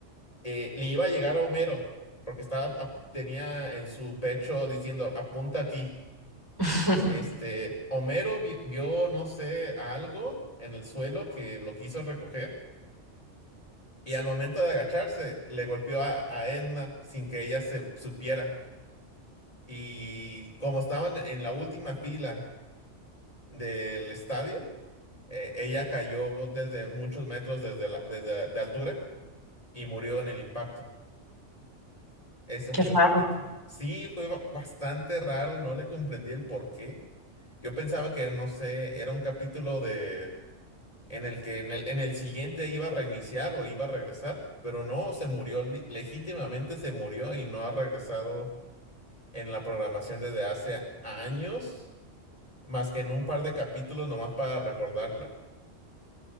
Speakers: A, on the left (about 30°); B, on the right (about 15°).
A: eh, le iba a llegar a Homero, porque estaba, ap- tenía en su pecho diciendo, apunta aquí.
B: <laughs>
A: Este, Homero vi- vio, no sé, algo en el suelo que lo quiso recoger y al momento de agacharse le golpeó a, a Edna sin que ella se supiera. Y como estaban en la última fila del estadio, eh, ella cayó desde muchos metros desde la, desde, de altura y murió en el impacto. Ese
B: Qué
A: fue
B: raro.
A: el capítulo. Sí, fue ba- bastante raro, no le comprendí el por qué. Yo pensaba que, no sé, era un capítulo de en el que en el, en el siguiente iba a reiniciar o iba a regresar, pero no, se murió, li- legítimamente se murió y no ha regresado en la programación desde hace años. Más que en un par de capítulos nomás para recordarla.